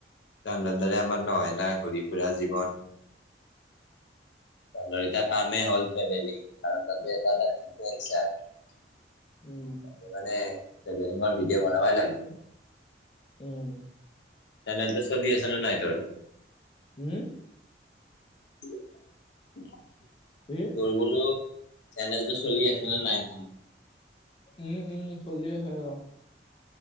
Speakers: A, on the left (about 75°); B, on the left (about 30°).
A: তাহাঁতৰ দৰে আমাৰ নহয় না ঘূৰি ফুৰা জীৱন তহঁতৰ এতিয়া কামেই হ'ল ফেমিলি কাৰণ তাতে এটা এটা তুলি থৈ আহিছা <unintelligible>
B: উম
A: মানে ট্ৰেভেলিঙৰ ভিডিঅ' বনাবই লাগিব
B: উম
A: চেনেলতো চলি আছে নে নাই তোৰ
B: হুম
A: <unintelligible>
B: <unintelligible>
A: তোৰ বোলো চেনেলটো চলি আছে নে নাই
B: উম উম চলিয়ে আছে আৰু